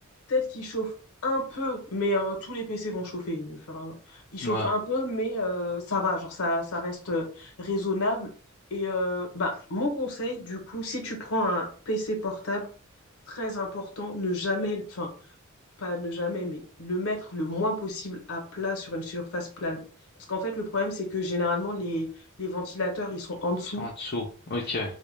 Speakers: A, on the left; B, on the left.
A: Peut-être qu'il chauffe un peu, mais euh, tous les PC vont chauffer. Enfin, il chauffe
B: Ouais,
A: un peu, mais euh, ça va, genre ça, ça reste euh, raisonnable. Et euh, bah, mon conseil, du coup, si tu prends un PC portable, très important, ne jamais, enfin, pas ne jamais, mais le mettre le moins possible à plat sur une surface plane. Parce qu'en fait, le problème, c'est que généralement, les, les ventilateurs, ils sont en dessous.
B: ils sont en dessous. Ok.